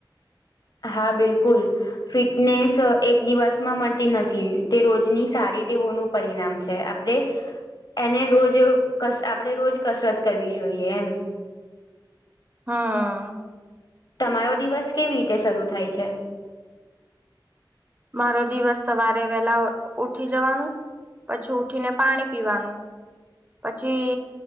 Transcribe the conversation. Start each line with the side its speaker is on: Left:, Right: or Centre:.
Left: હા, બિલકુલ. ફિટનેસ એક દિવસમાં મળતી નથી તે રોજની સારી ટેવોનું પરિણામ છે. છે આપણે એને રોજ આપડે રોજ કસરત કરવી જોઈએ એમ.
Right: હા
Left: તમારો દિવસ કેવી રીતે શરૂુ થાય છે
Right: મારો દિવસ સવારે વહેલા ઉઠી જવાનું પછી ઉઠીને પાણી પીવાનું પછી